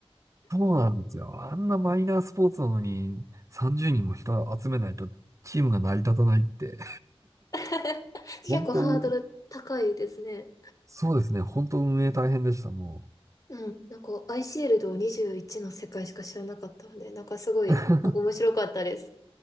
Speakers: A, on the right; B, on the left.
A: そうなんですよ。あんなマイナースポーツなのに30人も人集めないとチームが成り立たないって。
B: <laughs> 結構ハードル高いですね。
A: 本当、そうですね。本当運営大変でした、
B: うん
A: も
B: うん、なんか、アイシールド21の世界しか知らなかったので、なんかすごい、
A: う。
B: なんか面白かったです。